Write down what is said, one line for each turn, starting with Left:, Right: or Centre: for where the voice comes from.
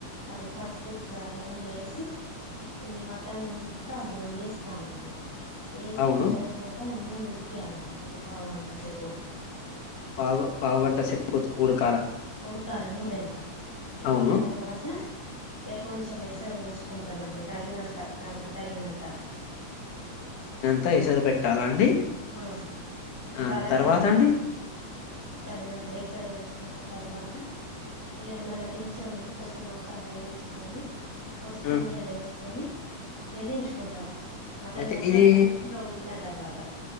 Centre: అది పసుపు ఇట్లా అవన్నీ వేసి ఈ మటన్ అంతా అందులో వేస్తానండి ఏసి
Left: అవును
Centre: కల వెట్టినాక ను నూనెలుడికి యాలండి ఒక పావు గంట చేపు
Left: పావు పావు గంట సేపో ఉడకూ
Centre: ఉడకాల నూనె రా ఉడికిన
Left: అవును
Centre: తర్వాత ఇక కొంచెం ఎసరు పోసుకుంటామండి తగినంత దానికి తగినంత
Left: త ఎసరు పెట్టాలా అండి
Centre: ఆ ఇప్పుడు
Left: ఆ
Centre: అర
Left: తర్వాత
Centre: కిలో మటన్
Left: అండి
Centre: కు తగినంత ఏసరు పోసుకున్న తర్వాత ఈ మళ్ళ దించే ముందు కొంచెం మసాలా వేసుకొని కొత్తిమీర
Left: ఆ
Centre: ఏసు కొని ఎదించు కుంటాం మటన్
Left: అయితే
Centre: మొత్తం
Left: ఇది
Centre: పూర్తిగా ఉడికిన తర్వాత